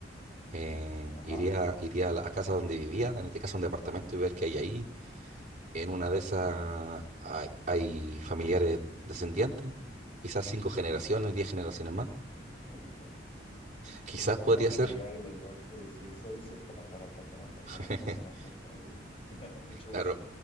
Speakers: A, on the right (about 40°); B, on the left (about 30°).
A: Eh,
B: ajá.
A: iría, iría a la a casa donde vivía, en este caso un departamento, y ver qué hay ahí en una de esas hay, hay familiares descendientes, quizás cinco generaciones, diez generaciones más.
B: <laughs>
A: Quizás
B: que
A: podría
B: vas
A: ser,
B: a llegar y les vas a decir, soy su tatara, tatara, tatara,
A: <laughs>
B: tatara, tatarabuelo". <laughs> Mucho
A: claro,
B: gusto.